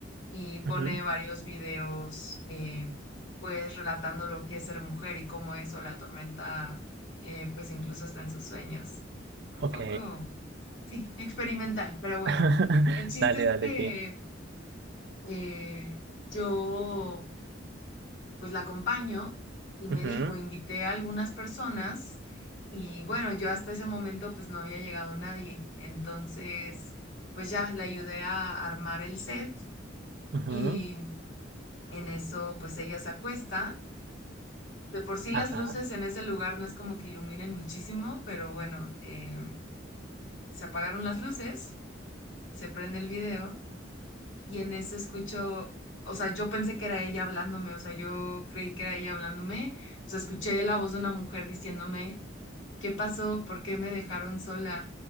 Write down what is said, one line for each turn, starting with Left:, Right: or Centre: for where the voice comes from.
Left: y pone
Right: Ujú.
Left: varios videos, eh, pues relatando lo que es ser mujer y cómo eso la atormenta, eh, pues incluso hasta en sus sueños. Un
Right: Ok.
Left: poco, sí, experimental, pero bueno.
Right: <laughs>
Left: El chiste
Right: Dale,
Left: es
Right: dale,
Left: que
Right: sí.
Left: eh, yo pues la acompaño y me
Right: Ujú,
Left: dijo, invité a algunas personas y bueno, yo hasta ese momento pues no había llegado nadie. Entonces, pues ya la ayudé a armar el set
Right: ujú,
Left: y en eso pues ella se acuesta. De por sí las
Right: Ajá.
Left: luces en ese lugar no es como que iluminen muchísimo, pero bueno, em, se apagaron las luces, se prende el video y en eso escucho, o sea, yo pensé que era ella hablándome, o sea, yo creí que era ella hablándome, o sea, escuché la voz de una mujer diciéndome ¿Qué pasó? ¿Por qué me dejaron sola?